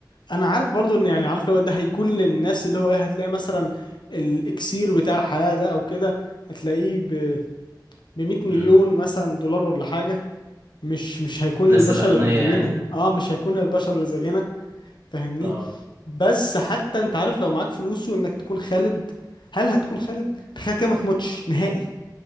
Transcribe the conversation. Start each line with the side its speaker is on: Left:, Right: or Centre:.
Left: انا عارف برضو ان يعني عارف لو ده هيكون للناس اللي هو ايه هتلاقي مثلا الاكسير بتاع الحياه ده او كده هتلاقيه ب ب 100 مليون
Right: امم
Left: مثلا دولار ولا حاجه مش مش هيكون
Right: الناس
Left: للبشر
Right: الأغنياء
Left: اللي زينا
Right: يعني
Left: اه مش هيكون للبشر اللي زينا فاهمني
Right: اه
Left: بس حتى انت عارف لو معاك فلوس وانك تكون خالد هل هتكون خالد تخيل كده ما تموتش نهائي